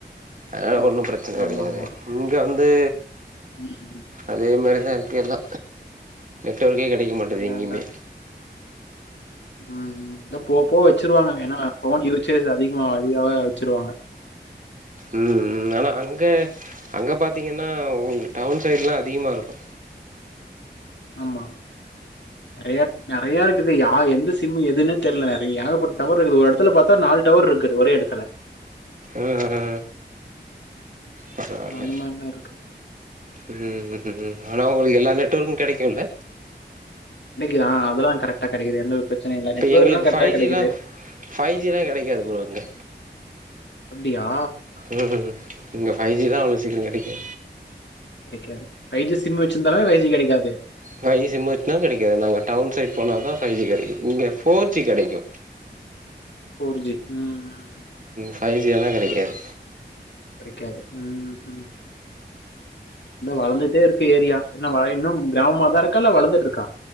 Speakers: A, on the right; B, on the left.
A: அதனால
B: சரி,
A: ஒன்னு
B: சரி.
A: பிரச்சனை கெடையாது
B: ஆமா, ஆமா.
A: இங்க வந் து
B: ம். ம்.
A: அதே மாரிதா எல்லா நெட்ஒர்க்கே கெடைக்க மாட்டுது
B: அதான்,
A: எங்கயுமே
B: அதான். ம் இன்னு போவ போவ வச்சுிருவாங்க ஏனா போன் யூசேஜ் அதிகமா <unintelligible> வச்சிருவாங்க
A: ம் ம் ஆனா அங்க அங்க பாத்தீங்கன்னா உங்க டவுன் சைடுல்லா அதிகமாருக்கு
B: ஆமா நெறைய நெறைய இருக்குது யா எந்த சிம் எதுன்னே தெர்ல நிறை ஏகபட் டவர் இருக்குது ஒரு எடத்துல பாத்தா நாலு டவர் இருக்குது ஒரே எடத்துல
A: ஆ ஆ பரவால்ல
B: ஸோ அந்த மாரிலாம் இருக்கு.
A: ம் ம் ஆனா உங்ளுக்கு எல்லா <unintelligible> கெடைக்குல்ல
B: யா அதெல்லா கரெக்ட்டா கெடைக்குது எந்த ஒரு பிரச்சனையும் இல்ல. நெட்வொர்க்லாம்
A: எங்களுக்கு
B: கரெக்ட்டா
A: ஃபைவ்
B: கிடைக்குது.
A: ஜி தா ஃபைவ் ஜிதா கெடைக்காது ப்ரோ இங்க
B: அப்டியா
A: ம் ம் இங்க பைவ் ஜி தா <unintelligible> <unintelligible>
B: கெடைக்காது ஃபைவ் ஜி சிம் வச்சிருந்தாலு ஃபைவ் ஜி கெடைக்காது
A: ஃபைவ் ஜி சிம் வச்சுனா கெடைக்காது நாங்க டவுன் சைட் போனா தா ஃபைவ் ஜி கெடைக்கு இங்க ஃபோர் ஜி கெடைக்கு
B: ஃபோர் ஜி ம் ம்
A: ஃபைவ் ஜியெல்லாம் கிடைக்காது
B: கெடைக்காது ம் ம் வளந்துட்டேருக்கு ஏரியா இன்னும் வ- இன்னும் கிராமமா தான் இருக்கா இல்ல வளர்ந்துட்டு இருக்கா